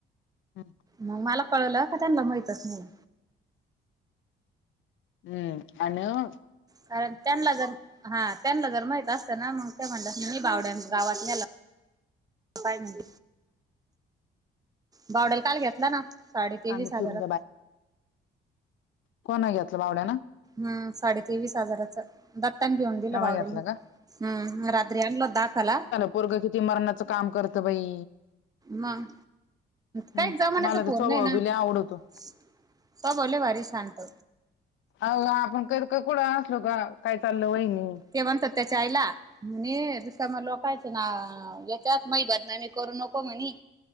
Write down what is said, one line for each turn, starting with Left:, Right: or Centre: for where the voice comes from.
Left: हम्.
Right: मग मला कळलं का त्यांना माहितच नाही.
Left: हम्म आणि ओ.
Right: कारण त्यांला जर हा त्यांला जर माहित असत ना मग ते म्हणले अस ने बावड्यां गावात न्याला. काय म्हने बावड्याला काल घेतला ना. साडे तेवीस
Left: कांदा चिरून
Right: हजारात
Left: कोना घेतलं बावड्या न.
Right: हम् साडे तेवीस हजाराचा. दत्तानी घेऊन दिलं
Left: नवा
Right: बावडेली
Left: घेतला का
Right: हम म रात्री आणल होत दाखाला.
Left: पोरगं किती मरणाचं काम करतं बाई.
Right: मग काही
Left: हम्
Right: जमान्याचा
Left: मला
Right: फोन
Left: तर स्वभाव
Right: नाही ना
Left: भि लई आवडतो.
Right: स्वभाव लई भारी शांत.
Left: अहो आपण पुढ असलो काय चाललं वहीनी.
Right: ते म्हणतात त्याच्या आईला. म्हणे समोर लोकयच्या ना याच्यात मही बदनामी करू नको म्हणी.